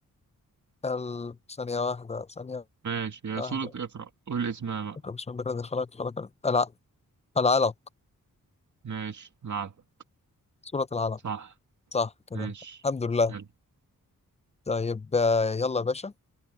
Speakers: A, on the left; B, on the right.
A: ال... ثانية واحدة ثانية
B: ماشي هي
A: واحدة
B: سورة اقرأ قول اسمها بقى
A: اقرأ بسم الله الذي خلق خلق الع- العلق
B: ماشي العب
A: سورة العلق
B: صح
A: صح كده
B: ماشي
A: الحمد لله
B: حلو
A: طيب آه، يلا يا باشا